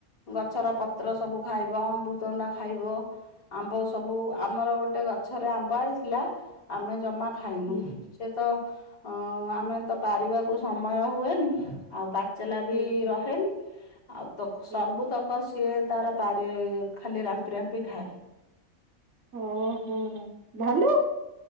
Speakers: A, on the left; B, on the right.
A: ଗଛର ପତ୍ର ସବୁ ଖାଇବ ଅମୃତଣ୍ଡା ଖାଇବ ଆମ୍ବ ସବୁ ଆମର ଗୋଟେ ଗଛରେ ଆମ୍ବ ଆଇଥିଲା ଆମେ ଜମା ଖାଇନୁ
B: ହୁଁ
A: ସେ ତ ଅ ଆମେ ତ ପାରିବାକୁ ସମୟ ହୁଏନି ଆଉ ପାଚଲା ବି
B: ହୁଁ
A: ରହେନି ଆଉ ତକ ସବୁ
B: ହୁଁ।
A: ତକ ସିଏ ତାର ପାରି ଖାଲି ରାମ୍ପି ରାମ୍ପି ଖାଏ
B: ଓହୋ ହୋ ଭାଲୁ